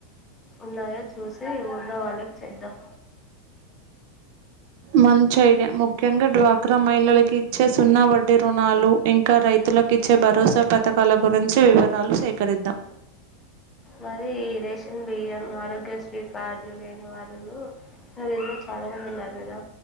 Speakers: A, on the left; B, on the right.
A: ఉన్నాయో చూసి ఊన్న వాళ్ళకి చేద్దాం
B: మంచ ఐడియా ముఖ్యంగా డ్వాక్రా మహిళలకు ఇచ్చే సున్నా వడ్డీ రుణాలు ఇంకా రైతులకు ఇచ్చే భరోసా పథకాల గురించి వివరాలు సేకరిద్దాం
A: మరి ఈ రేషన్ బియ్యం ఆరోగ్యశ్రీ కార్డులు లేనివారు ఇందులో చాలా మంది ఉన్నారు కదా